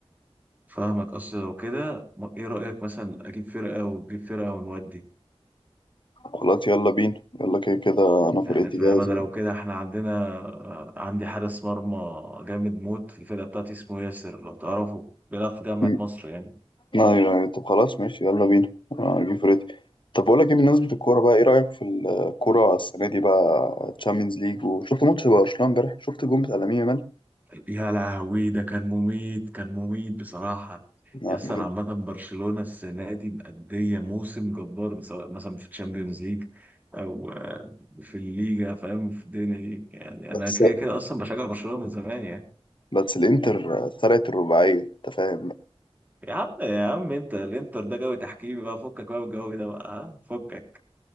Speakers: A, on the right; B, on the left.
A: فاهمك اصل لو كده ما- ايه رأيك مثلا اجيب فرقة وتجيب فرقة ونودي
B: خلاص يلا بينا يلا كده كده أنا
A: يعني
B: فرقتي
A: فاهم
B: جاهزة
A: انا لو كده احنا عندنا آه، عندي حارس مرمى جامد موت في الفرقة بتاعتي اسمه ياسر لو تعرفه بيلعب في جامعة
B: م-
A: مصر يعني
B: أيوه أيوه طب خلاص ماشي يلا بينا أنا هجيب فرقتي طب بقول لك إيه بالنسبة للكورة بقى إيه رأيك في الكورة السنة دي بقى تشامبيونز ليج وشفت ماتش برشلونة إمبارح شفت الجون بتاع لامين
A: يا لهوي ده كان مميت كان مميت بصراحة
B: يامال
A: يس أنا عامة برشلونة السنة دي مأدية موسم جبار سواء مثلا في الشامبيونز ليج أو آه، في الليجا فاهم في الدنيا دي يعني
B: بس
A: أنا كده كده أصلا بشجع برشلونة من زمان يعني
B: بس الانتر سرقت الرباعية انت فاهم
A: يا عم يا عم أنت الإنتر ده جو تحكيمي بقى فكك بقى من الجو ده بقى ها فكك